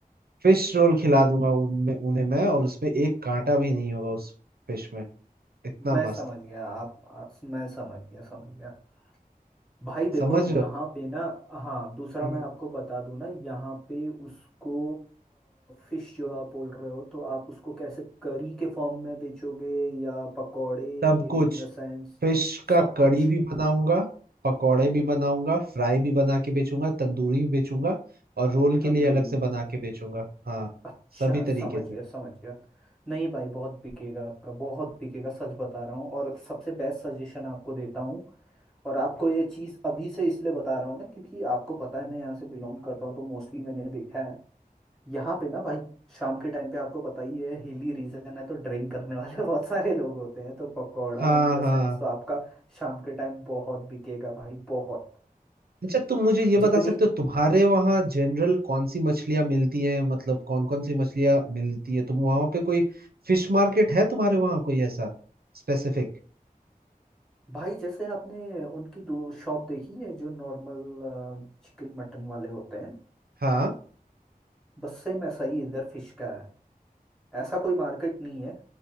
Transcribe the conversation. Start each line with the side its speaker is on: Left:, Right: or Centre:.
Right: फिश रोल खिला दूंगा उनमें उन्हें मैं और उसमें एक कांटा भी नहीं होगा उस फिश में इतना
Centre: मैं
Right: मस्त
Centre: समझ गया आप आ, मैं समझ गया समझ गया भाई देखो
Right: समझ
Centre: यहाँ
Right: रहे हो
Centre: पे ना हाँ दूसरा
Right: हम्म
Centre: मैं आपको बता दूं ना यहाँ पे उसको फिश जो आप बोल रहे हो तो आप उसको कैसे करी के फॉर्म में बेचोगे या पकौड़े
Right: सब कुछ
Centre: इन द सेंस
Right: फिश का
Centre: सब
Right: कड़ी
Centre: कुछ
Right: भी बनाऊंगा पकौड़े भी बनाऊंगा फ्राई भी बना के बेचूंगा तंदूरी भी बेचूंगा और रोल के
Centre: तंदूरी
Right: लिए अलग से बना
Centre: भी
Right: के बेचूंगा हाँ
Centre: अच्छा
Right: सभी तरीके
Centre: समझ
Right: से
Centre: गया समझ गया नहीं भाई बहुत बिकेगा आपका बहुत बिकेगा सच बता रहा हूँ और सबसे बेस्ट सजेशन आपको देता हूँ और आपको ये चीज़ अभी से इसलिए बता रहा हूँ ना क्योंकि आपको पता है मैं यहाँ से बिलोंग करता हूँ तो मोस्टली मैंने देखा है यहाँ पे ना भाई शाम के टाइम पे आपको पता ही है हिली रीजन है तो ड्रिंक करने वाले <laughs> बहुत सारे लोग होते हैं तो पकौड़ा
Right: हाँ
Centre: इन द
Right: हाँ
Centre: सेंस तो आपका शाम के टाइम बहुत बिकेगा भाई बहुत
Right: अच्छा तुम मुझे ये बता
Centre: जितनी
Right: सकते हो तुम्हारे वहाँ जनरल कौन सी मछलियाँ मिलती हैं मतलब कौन कौन सी मछलियाँ मिलती है तुम वहाँ पे कोई फिश मार्केट है तुम्हारे वहाँ कोई ऐसा स्पेसिफिक
Centre: भाई जैसे आपने उनकी दो शॉप देखी है जो नॉर्मल चिकन मटन वाले होते हैं
Right: हाँ
Centre: बस सेम ऐसा ही इधर फिश का है ऐसा कोई मार्केट नहीं है